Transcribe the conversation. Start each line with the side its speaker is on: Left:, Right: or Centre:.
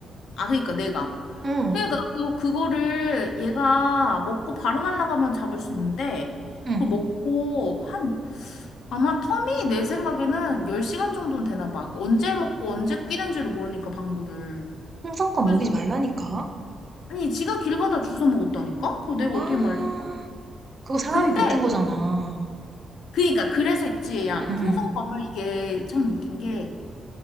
Left: 아, 그니까 내가.
Right: 응,
Left: 그러니까 그, 그거를 얘가 먹고 바로 날아가면 잡을 수 있는데
Right: 응.
Left: 그걸 먹고 한 아마 텀이 내 생각에는 10시간 정도는 되나 봐. 언제 먹고 언제 끼는지를 모르니까 방구를.
Right: 홍성껏
Left: 그래서
Right: 먹이지 말라니까.
Left: 아니 지가 길 가다 주워 먹었다니까? 그거 내가
Right: 아,
Left: 어떻게 말리냐?
Right: 그거 사람이
Left: 근데
Right: 뱉은 거잖아.
Left: 그니까 그래서 있지. 야,
Right: 응, 응.
Left: 풍선껌을 이게 참 웃긴 게